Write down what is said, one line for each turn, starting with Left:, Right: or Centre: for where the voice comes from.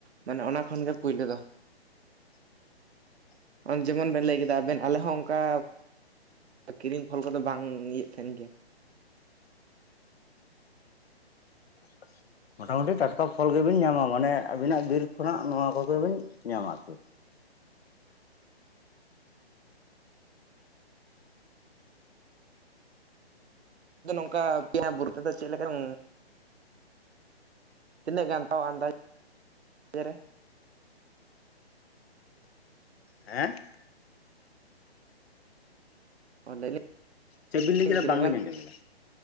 Right: ᱢᱟᱱᱮ ᱚᱱᱟ ᱠᱷᱚᱱ ᱜᱮ ᱯᱩᱭᱞᱚ ᱫᱚ᱾
Left: <inaudible>
Right: ᱟᱢ ᱡᱮᱢᱚᱱ ᱵᱮᱱ ᱞᱟᱹᱭ ᱠᱮᱫᱟ ᱟᱵᱮᱱ ᱟᱞᱮ ᱦᱚᱸ ᱚᱝᱠᱟ᱾ ᱠᱤᱨᱤᱧ ᱯᱷᱚᱞ ᱠᱚᱫᱚ ᱵᱟᱝ ᱤᱭᱟᱹᱜ ᱛᱟᱦᱮᱱ ᱜᱮᱭᱟ᱾
Left: <inaudible> ᱢᱚᱴᱟᱢᱩᱴᱤ ᱴᱟᱴᱠᱟ ᱯᱷᱚᱞ ᱜᱮ ᱵᱤᱱ ᱧᱟᱢᱟ ᱢᱟᱱᱮ ᱟᱵᱤᱱᱟᱜ ᱵᱤᱨ ᱠᱷᱚᱱᱟᱜ ᱱᱚᱣᱟ ᱠᱚᱜᱮ ᱵᱤᱱ ᱧᱟᱢᱟ ᱟᱨᱠᱤ᱾
Right: ᱟᱫᱚ ᱱᱚᱝᱠᱟ ᱯᱮᱭᱟ ᱵᱩᱨᱩ ᱛᱮᱫᱚ ᱪᱮᱜ ᱞᱮᱠᱟᱢ᱾ ᱛᱤᱱᱟᱹᱜ ᱜᱟᱱ ᱛᱟᱣ ᱟᱱᱫᱟᱪ ᱤᱭᱟᱹ ᱨᱮ᱾
Left: ᱦᱮᱸ᱾
Right: <unintelligible>
Left: ᱪᱮᱜ ᱵᱤᱱ ᱞᱟᱹᱭ ᱠᱮᱫᱟ
Right: ᱛᱤᱱᱟᱹᱜ
Left: ᱵᱟᱝ
Right: ᱜᱟᱱ
Left: ᱞᱤᱧ ᱟᱸᱡᱚᱢ ᱞᱮᱫᱟ?